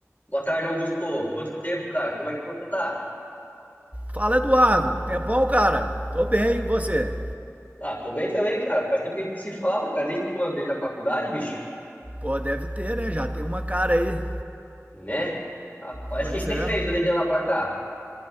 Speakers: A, on the left; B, on the right.
A: Boa tarde, Augusto. Quanto tempo, cara? Como é que você tá?
B: Fala, Eduardo. Tempão, cara? Tô bem, e você?
A: Ah, tô bem também, cara. Faz tempo que a gente se fala, cara. Desde quando? Desde a faculdade, bicho?
B: Pô, deve ter, né? Já tem uma cara aí.
A: Né? Rapaz,
B: Pois
A: o que você tem
B: é.
A: feito desde lá pra cá?